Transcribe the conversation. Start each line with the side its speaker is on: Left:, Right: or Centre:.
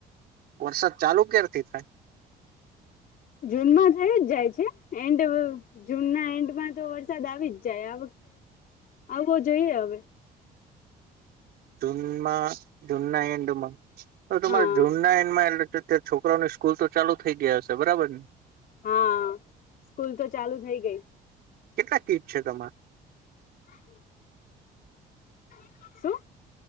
Right: વરસાદ ચાલુ ક્યારથી થાય?
Left: જૂન માં થઈ જ જાય છે. એન્ડ જૂનના એન્ડમાં તો વરસાદ આવી જ જાય, આ <inaudible> જઈએ હવે.
Right: જૂન માં જૂન ના એન્ડમાં? તો તમારો
Left: હા
Right: જૂન ના એન્ડ મા એટલે કે છોકરાની સ્કૂલ તો ચાલુ થઇ ગઈ હશે, બરાબરને?
Left: હા, સ્કૂલ તો ચાલુ થઈ ગઈ.
Right: કેટલા કિડ છે તમારે?
Left: <inaudible> <inaudible>